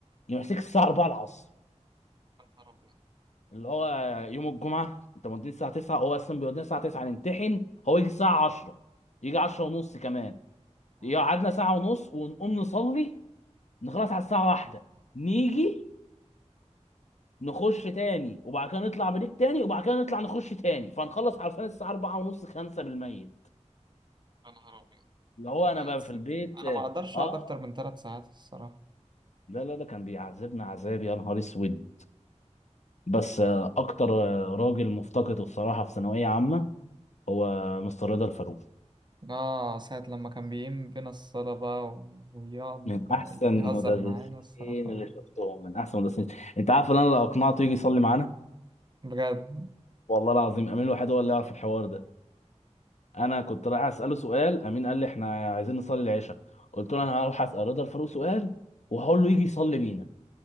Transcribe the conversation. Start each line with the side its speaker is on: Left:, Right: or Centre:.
Left: يمسك الساعه 4 العصر
Right: نهار أبيض
Left: اللي هو يوم الجمعه انت موديني الساعه 9 هو اصلا بيودينا الساعه 9 نمتحن هو يجي الساعه 10 يجي 10 ونص كمان
Right: آه،
Left: يقعدنا ساعه ونص ونقوم نصلي نخلص على الساعه 1 نيجي نخش تاني وبعد كده نطلع بريك تاني وبعد كده نطلع نخش تاني فنخلص عارفين الساعه 4 ونص 5 بالميت
Right: يا نهار أبيض
Left: اللي
Right: ده
Left: هو
Right: كان
Left: انا
Right: بيعذب
Left: بقى في البيت
Right: أنا ما أقدرش
Left: اه
Right: أقعد أكتر من ثلاث ساعات الصراحة
Left: لا لا ده كان بيعذبنا عذاب يا نهار اسود بس آه، اكتر آه، راجل مفتقده الصراحه في ثانويه عامه هو مستر رضا الفاروق
Right: اه ساعة لما كان بيقيم بينا الصلاة بقى و- ويقعد
Left: من احسن
Right: يهزر
Left: مدرسين
Right: معانا الصراحة
Left: اللي شفتهم من احسن مدرسين انت عارف ان انا لو اقنعته يجي يصلي معانا
Right: بجد
Left: والله العظيم امين الوحيد هو اللي يعرف الحوار ده انا كنت رايح اساله سؤال امين قال لي احنا عايزين نصلي العشاء قلت له انا هروح اسال رضا الفاروق سؤال وهقول له يجي يصلي بينا